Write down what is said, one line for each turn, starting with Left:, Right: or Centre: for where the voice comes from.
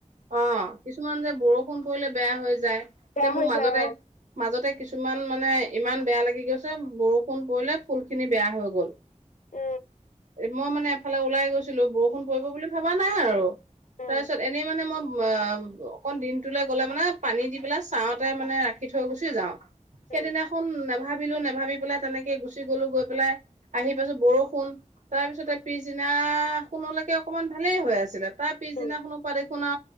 Right: অ', কিছুমান যে বৰষ ফোন কৰিলে বেয়া হৈ যায়।
Left: বেয়া
Right: দে
Left: হৈ
Right: মোৰ মাজতে,
Left: যায় অ
Right: মাজতে কিছুমান মানে ইমান বেয়া লাগি গৈছে, বৰষুণ পৰিলে ফুল খিনি বেয়া হৈ গল।
Left: উ।
Right: মই মানে এফালে ওলাই গৈছিলো বৰষুণ পৰিব বুলি ভাবা নাই আৰু
Left: উম
Right: তাইছত এনেই মানে মম অ অকন দিনটোলৈ গলে মানে পানী দি পেলাই চাওঁতে মানে ৰাখি থৈ গুচি যাওঁ সেইদিনাখন
Left: উম
Right: নেভাবিলো নেভাবি পেলাই তেনেকে গুচি গলো গৈ পেলাই আহি পাইছো বৰষুণ তাৰ পিছতে পিছদিনা তাৰ শুনলৈকে অকমান ভালেই হৈ আছিলে। তাৰ পিছদিনাখনৰ
Left: উম
Right: পৰা দেখোনা